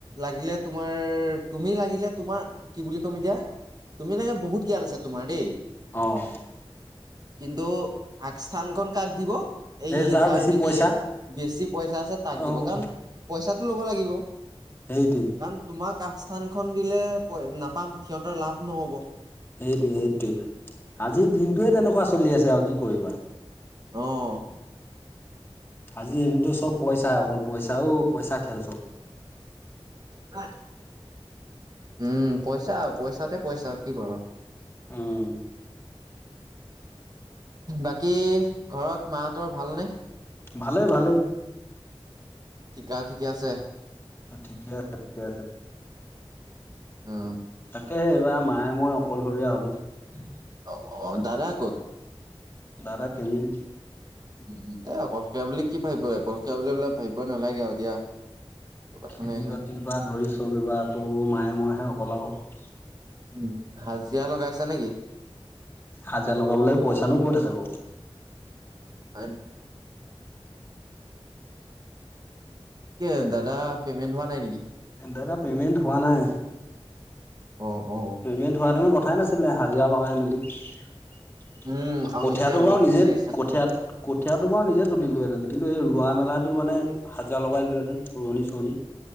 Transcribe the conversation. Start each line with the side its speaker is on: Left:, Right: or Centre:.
Right: লাগিলে তোমাৰ তুমি লাগিলে তোমাৰ কি বুলি ক'ম এতিয়া তুমি লাগে বহুত জ্ঞান আছে তোমাৰ দেই
Left: অঁ
Right: কিন্তু আগস্থান কণ কাক দিব এই
Left: সেই
Right: যাৰ
Left: বেছি
Right: নেকি
Left: পইচা
Right: বেছি পইচা আছে তাক
Left: অ',
Right: দিব কাৰণ পইচাটো ল'ব লাগিব।
Left: সেইটোৱে
Right: কাৰণ তোমাক আগস্থানখন দিলে নাপাম সিহঁতৰ লাভ নহ'ব।
Left: সেইটো সেইটোৱে আজিৰ দিনটোয়ে তেনেকুৱা চলি আছে আৰু কি কৰিবা।
Right: আহ
Left: আজি এদিনতটো চব পইচা অকল পইচাও পইচা খেল চব
Right: হয়। উম পইচা আৰু পইচাতে পইচা কি কৰিব?
Left: উম।
Right: বাকী ঘৰত মাহতৰ ভালনে‌?
Left: ভালেই, ভালেই
Right: কি গা ঠিকে আছে?
Left: ঠিকে আছে ঠিকে আছে।
Right: অ
Left: তাকে এইবাৰ মায়ে মই অকলশৰীয়া হ'লোঁ
Right: অ অ দাদা ক'ত?
Left: দাদা খেলিল
Right: উ এ অকলশৰীয়া বুলি কি ভাবিব অকলশৰীয়া বুলি সেইবলাক ভাবিব নালাগে আৰু দিয়া। একো কথা
Left: খেতি
Right: নাই নহয়
Left: বাতিৰ পৰা ধৰি চব ব্যৱহাৰ কৰো মায়ে মইহে অকল আৰু
Right: উম হাজিৰা লগাইছা নেকি‌?
Left: হাজিৰা লগাবলে পইচানো ক'ত আছে বাৰু
Right: হয়। কে দাদা পেমেন্ট হোৱা নাই নেকি?
Left: দাদা পেমেণ্ট হোৱা নাই।
Right: অ অ
Left: পেমেণ্ট হোৱা হেতেন কথাই নাছিলে হাজিৰা লগাই মেলি- কঠীয়াটো
Right: উম আৰু এতিয়া
Left: বাৰু
Right: ৰ'দটো
Left: নিজে
Right: দেখিছানে
Left: কঠীয়া কঠিয়াটো বাৰু নিজে টো দিলোহেতেন কিন্তু এই ৰোৱা মেলাটো মানে হাজিৰা লগাই দিলোহেতেন ৰোৱনী - চোৱনী।